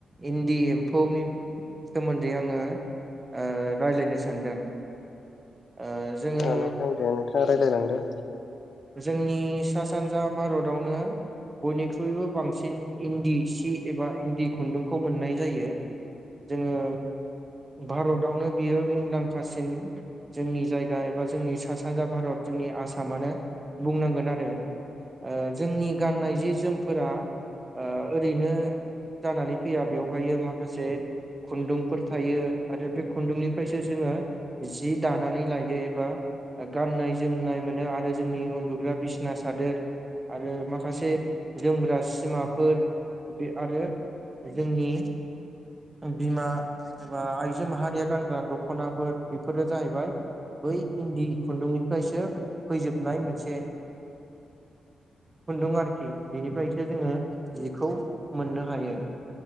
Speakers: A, on the right (about 25°); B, on the left (about 60°).
A: इन्दि एम्फौनि सोमोन्दै आङो ओ रायलायनो सानदों ओ जोङो
B: औ नोंथां दे नोंथाङा रायज्लायलांदो
A: जोंनि सा सानजा भारतावनो बयनिख्रुइबो बांसिन इन्दि सि एबा इन्दि खुन्दुंखौ मोननाय जायो जोङो भारतावनो बियो मुंदांखासिन जोंनि जायगा एबा जोंनि सा सानजा भारत जोंनि आसामानो बुंनांगोन आरो जोंनि गाननाय जे जोमफोरा ओरैनो जानानै फैया बेवहाय माखासे खुन्दुंफोर थायो आरो बे खुन्दुंनिफ्रायसो जोङो जि दानानै लायो एबा गाननाय जोमनाय मोनो आरो जोंनि उन्दुग्रा बिसिना सादोर आरो माखासे जोमग्रा सिमाफोर बे आरो जोंनि बिमा एबा आइजो माहारिया गानग्रा दख'नाफोर बेफोरो जाहैबाय बै इन्दि खुन्दुंनिफ्रायसो नाय मोनसे खुन्दुं आरोखि बिनिफ्रायसो जोङो जिखौ मोननो हायो